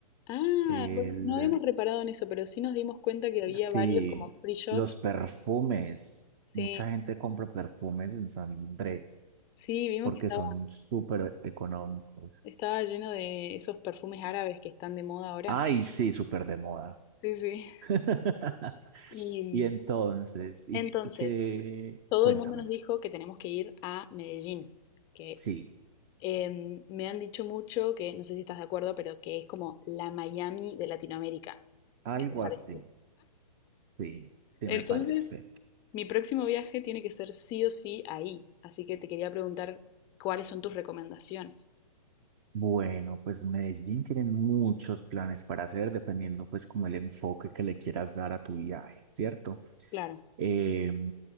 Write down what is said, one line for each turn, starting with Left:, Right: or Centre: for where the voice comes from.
Left: Ah,
Right: El,
Left: bueno, no habíamos reparado en eso, pero sí nos dimos cuenta que había
Right: sí,
Left: varios como free shops.
Right: los perfumes.
Left: Sí,
Right: Mucha gente compra perfumes en San Andrés
Left: sí, vimos
Right: porque
Left: que estaba,
Right: son súper económicos.
Left: estaba lleno de esos perfumes árabes que están de moda ahora.
Right: Ay, sí, súper de moda.
Left: Sí, sí.
Right: <laughs>
Left: Y
Right: Y entonces, y,
Left: Entonces,
Right: y que,
Left: todo
Right: cuéntame.
Left: el mundo nos dijo que tenemos que ir a Medellín, que
Right: Sí,
Left: em, me han dicho mucho que, no sé si estás de acuerdo, pero que es como la Miami de Latinoamérica.
Right: algo
Left: ¿Qué te parece?
Right: así. Sí, sí
Left: Entonces,
Right: me parece.
Left: mi próximo viaje tiene que ser sí o sí ahí, así que te quería preguntar cuáles son tus recomendaciones.
Right: Bueno, pues Medellín tiene muchos planes para hacer dependiendo pues como el enfoque que le quieras dar a tu viaje, ¿cierto?
Left: Claro.
Right: Eh,